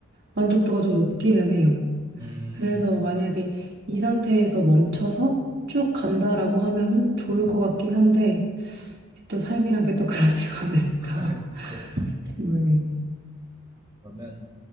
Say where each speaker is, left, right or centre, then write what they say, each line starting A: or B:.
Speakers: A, on the right (about 50°); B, on the right (about 20°).
A: 만족도가 좀 높기는 해요.
B: 음,
A: 그래서 만약에 이 상태에서 멈춰서 쭉 간다라고 하면은 좋을 것 같긴 한데 또 삶이란 게 또 그렇지가 않으니까.
B: <laughs>
A: <laughs>
B: 그렇죠.
A: 음,
B: 그러면